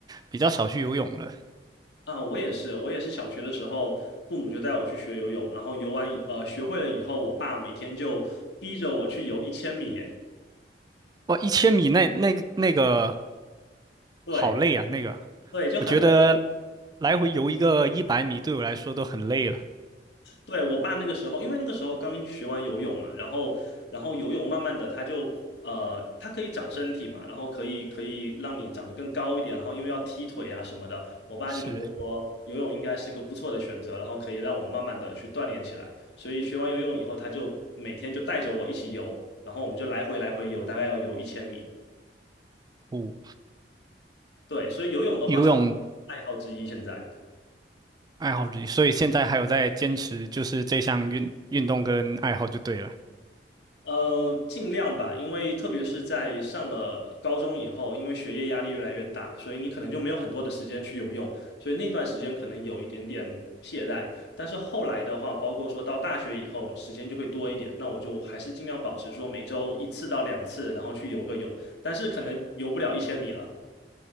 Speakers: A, on the right; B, on the left.
A: 比较少去游泳了。
B: 啊，我也是，我也是小学的时候，父母就带我去学游泳，然后游完以呃学会了以后，我爸每天就逼着我去游一千米耶
A: 哇，一千米那那个那个
B: 对
A: 好累啊，那个
B: 对，就很累。
A: 我觉得来回游一个一百米对我来说都很累了。
B: 对，我爸那个时候，因为那个时候刚学完游泳嘛，然后然后游泳慢慢的他就呃，它可以长身体嘛，然后可以可以让你长得更高一点，然后因为要踢腿啊什么的，我爸就觉得说游泳应该是一个不错的选择，
A: 是，
B: 然后可以让我慢慢的去锻炼起来，所以学完游泳以后，他就每天就带着我一起游，然后我们就来回来回游，大概要游一千米。
A: 五
B: 对，所以游泳的话算爱好之一现在。
A: 游泳爱好之一，所以现在还有在坚持，就是这项运运动跟爱好就对了。
B: 呃，尽量吧，因为特别是在上了高中以后，因为学业压力越来越大，所以你可能就没有很多的时间去游泳，所以那段时间可能有一点点懈怠。但是后来的话，包括说到大学以后，时间就会多一点，那我就还是尽量保持说每周一次到两次，然后去游个泳，但是可能游不了一千米了。